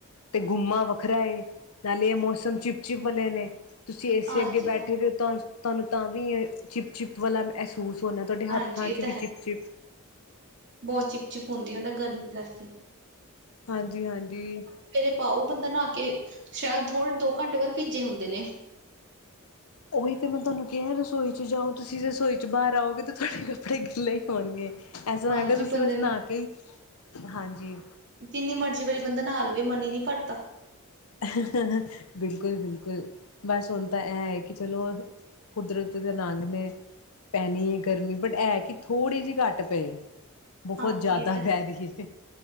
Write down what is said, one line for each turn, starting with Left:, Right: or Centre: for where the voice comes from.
Left: ਤੇ ਗੁੰਮਾ ਵੱਖਰਾ ਏ, ਨਾਲੇ ਇਹ ਮੌਸਮ ਚਿਪ- ਚਿਪ ਵਾਲੇ ਨੇ, ਤੁਸੀਂ ਏ ਸੀ
Right: ਹਾਂਜੀ
Left: ਅੱਗੇ ਬੈਠੇ
Right: ਤਾਂ
Left: ਵੇ ਤੁਹਾਨੂੰ, ਤੁਹਾਨੂੰ ਤਾਂ ਵੀ ਇਹ ਚਿਪ-ਚਿਪ ਵਾਲਾ ਮਹਿਸੂਸ ਹੋਣਾ, ਤੁਹਾਡੇ ਹੱਥਾਂ
Right: ਹਾਂਜੀ ਇਹ
Left: 'ਚ
Right: ਤਾਂ
Left: ਵੀ
Right: ਹੈ
Left: ਚਿਪ-ਚਿਪ
Right: ਬਹੁਤ ਚਿਪ- ਚਿਪ ਹੁੰਦੀ ਐ ਗਰਮੀ ਕਰਕੇ
Left: ਹਾਂਜੀ- ਹਾਂਜੀ- ਹਾਂਜੀ
Right: ਕੱਪੜੇ ਜੇ ਪਾਓ ਬੰਦਾ ਨਹਾ ਕੇ, ਸ਼ਾਇਦ ਥੋੜਾ ਦੋ ਘੰਟੇ ਬਾਅਦ ਭੀਜੇ ਹੁੰਦੇ ਨੇ
Left: ਉਹੀ ਤੇ ਮੈਂ ਤੁਹਾਨੂੰ ਕਿਹਾ, ਰਸੋਈ 'ਚ ਜਾਓ ਤੁਸੀਂ ਰਸੋਈ 'ਚ ਬਾਹਰ ਆਓਗੇ ਤੇ ਤੁਹਾਡੇ ਕੱਪੜੇ ਗਿੱਲੇ ਹੋਣਗੇ, ਐਸਾ
Right: ਹਾਂਜੀ
Left: ਹੈਗਾ ਤੁਸੀਂ
Right: ਬੰਦੇ
Left: ਬਸ
Right: ਨੂੰ
Left: ਨਹਾ ਕੇ ਈ, ਹਾਂਜੀ
Right: ਜਿੰਨੀ ਮਰਜ਼ੀ ਵਾਰੀ ਬੰਦਾ ਨਹਾ ਲੇ ਵੇ, ਮਨ ਨਹੀ ਭਰਦਾ
Left: ਬਿਲਕੁਲ- ਬਿਲਕੁਲ ਬਸ ਹੁਣ ਤਾਂ ਐਹ ਹੈ ਕਿ ਚਲੋ ਕੁਦਰਤ ਦੇ ਰੰਗ ਨੇ। ਪੈਣੀ ਏ ਗਰਮੀ, ਬਟ ਐਹ ਕਿ ਥੋੜ੍ਹੀ ਜਿਹੀ ਘੱਟ ਪਏ ਬਹੁਤ
Right: ਹਾਂਜੀ
Left: ਜ਼ਿਆਦਾ
Right: ਇਹ ਤੇ ਹੈ,
Left: ਪੈ ਰਹੀ ਹੈ।